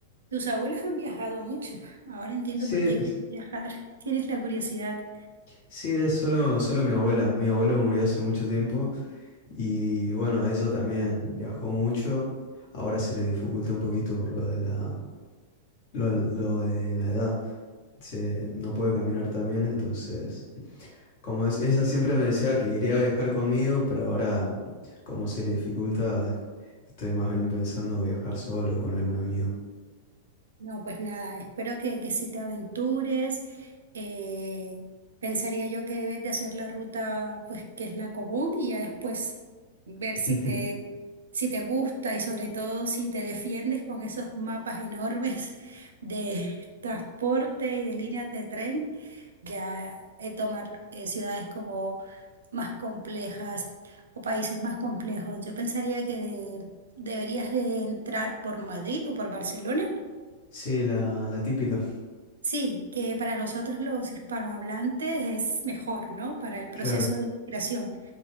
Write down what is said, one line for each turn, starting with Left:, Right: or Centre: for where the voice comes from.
Right: Tus abuelos han viajado mucho, ahora entiendo
Left: Sí,
Right: por qué quieres viajar, <laughs> tienes la curiosidad.
Left: sí, es solo, solo mi abuela. Mi abuelo murió hace mucho tiempo, Y bueno, eso también viajó mucho. Ahora se le dificulta un poquito por lo de la, lo, lo de la edad. Se, no puede caminar tan bien, entonces, como es, ella siempre me decía que quería viajar conmigo, pero ahora, como se le dificulta, estoy más bien pensando viajar solo o con algún amigo.
Right: No, pues nada, espero que, que si te aventures, eh, pensaría yo que debes de hacer la ruta, pues que es la común y ya después ver
Left: <laughs>
Right: si te, si te gusta y sobre todo si te defiendes con esos mapas enormes de <laughs> transporte y de líneas de tren, ya eh, tomar eh, ciudades como más complejas o países más complejos. Yo pensaría que de- deberías de entrar por Madrid o por Barcelona
Left: Sí, la, la típica,
Right: Sí, que para nosotros los hispanohablantes es mejor, ¿no? Para el proceso
Left: claro.
Right: de migración.